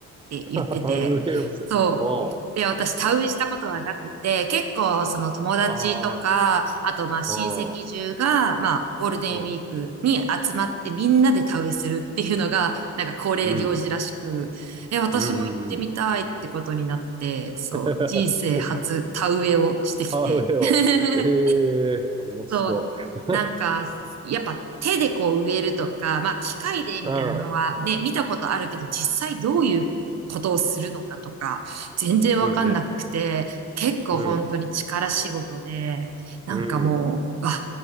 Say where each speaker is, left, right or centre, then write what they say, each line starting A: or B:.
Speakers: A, on the right; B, on the right.
A: て言ってて、
B: <laughs> ウェールズ。
A: そう。
B: おう。
A: で、私田植えしたことがなくて、結構その友達とか、
B: あ
A: あとまあ親戚中が、
B: あ、ああ、
A: まあゴールデンウィークに集まってみんなで田植えするっていうのが、
B: うん。
A: なんか恒例行事らしく、
B: うん。
A: え、私も行ってみたいってことになって、
B: うんうんうん。<laughs>
A: そう、人生初田植えをしてきて。
B: そうなんだ。ああ、ウェーを。
A: <laughs>
B: ええー、面白い。
A: そう、
B: <laughs>
A: なんか、やっぱ手でこう植えるとか、まあ機械でみたいなのはね、
B: うん。
A: 見たことあるけど、実際どういうことをするのかとか、全然わかんなくて、
B: うんうん。
A: 結構本当に力仕事で、
B: うん。
A: なんかもう、
B: うん。
A: あ、